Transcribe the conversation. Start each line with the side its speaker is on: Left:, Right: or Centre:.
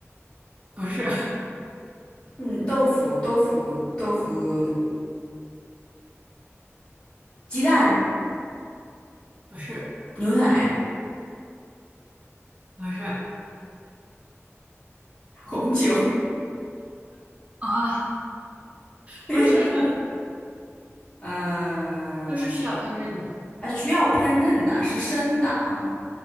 Right: 不是
Left: 嗯，豆腐、豆腐、豆腐，鸡蛋、
Right: <laughs> 不是
Left: 牛奶、
Right: 不是
Left: 红酒，
Right: 啊，
Left: <laughs>
Right: 不是，<laughs>
Left: 呃，
Right: 它是需要烹饪的，
Left: 啊，需要烹饪的，是生的哦。